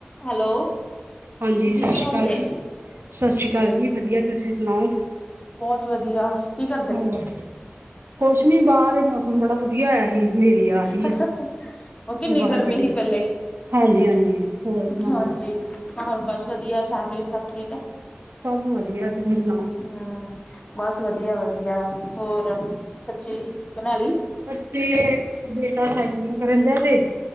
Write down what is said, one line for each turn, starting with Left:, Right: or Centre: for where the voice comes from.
Left: Hello.
Right: ਹਾਂਜੀ ਸਤਿ
Left: ਕੀ
Right: ਸ਼੍ਰੀ
Left: ਹਾਲ
Right: ਅਕਾਲ
Left: ਜੇ
Right: ਜੀ, ਸਤਿ ਸ਼੍ਰੀ ਅਕਾਲ ਜੀ ਵਧੀਆ ਤੁਸੀਂ ਸੁਣਾਓ?
Left: ਬਹੁਤ ਵਧੀਆ ਕੀ ਕਰਦੇ
Right: ਹੋਰ
Left: ਪਏ ਓ?
Right: ਕੁਛ ਨੀ ਬਾਹਰ ਮੌਸਮ ਬੜਾ ਵਧੀਆ ਹੋਇਆ ਸੀ। ਹਨੇਰੀ ਆ ਰਹੀ
Left: ਹੋਰ
Right: ਆ।
Left: ਕਿੰਨੀ
Right: ਬਾਹਰ
Left: ਗਰਮੀ
Right: ਬੈਠੀ
Left: ਸੀ ਪਹਿਲੇ।
Right: ਹਾਂਜੀ ਹਾਂਜੀ ਹੋਰ ਸੁਣਾਓ?
Left: ਹਾਂਜੀ ਹੋਰ ਬਸ ਵਧੀਆ ਫੈਮਲੀ ਸਭ ਠੀਕ ਐ।
Right: ਸਭ ਵਧੀਆ ਤੁਸੀਂ ਸੁਣਾਓ?
Left: ਹੂੰ, ਬਸ ਵਧੀਆ-ਵਧੀਆ ਹੋਰ, ਸਬਜ਼ੀ ਬਣਾ ਲੀ?
Right: ਬੱਚੇ, ਬੇਟਾ ਸਾਇਕਲਿਗ ਕਰਨ ਡਿਆ ਜੇ।